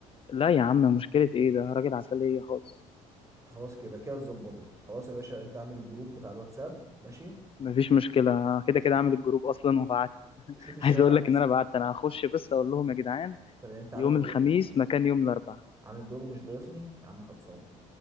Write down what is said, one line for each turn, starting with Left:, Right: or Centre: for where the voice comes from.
Left: لا يا عم مشكلة ايه ده راجل عسلية خالص
Right: خلاص كده يبقى كده اتظبطت خلاص يا باشا انت اعمل الجروب بتاع الواتساب ماشي
Left: مفيش مشكلة كده
Right: وشوف
Left: كده عامل الجروب اصلا وبعت <laughs>
Right: وشوف الشباب
Left: عايز اقول
Right: هترسم
Left: لك ان انا بعت انا هخش بس اقول لهم يا جدعان
Right: طب يعني انت عامل
Left: يوم الخميس
Right: جروب
Left: مكان يوم الاربعاء
Right: عامل جروب ومش ضايفني يا عم خلصان